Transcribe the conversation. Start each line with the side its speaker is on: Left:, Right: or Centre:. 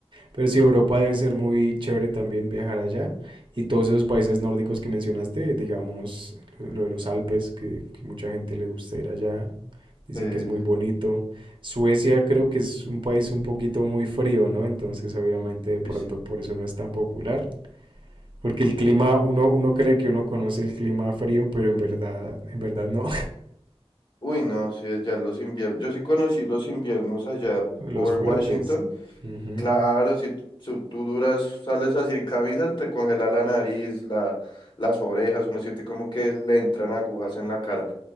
Right: Pero sí, Europa debe ser muy chévere también viajar allá. Y todos esos países nórdicos que mencionaste, digamos, lo, lo de los Alpes, que, que mucha gente le gusta ir allá. Dicen
Left: Eh,
Right: que es muy bonito. Suecia creo que es un país un poquito muy frío, ¿no? Entonces, obviamente, de pronto
Left: sí,
Right: por eso no es tan popular. Porque el clima, uno, uno cree que uno conoce el clima frío, pero en verdad, en verdad no.
Left: Uy, no, sí, allá los inviernos. Yo sí conocí los inviernos allá
Right: <laughs> Los
Left: por
Right: fuertes.
Left: Washington.
Right: Ujú.
Left: Claro, si tú, si tú duras, sales así en camisa, te congela la nariz, la, las orejas, uno siente como que le entran agujas en la cara.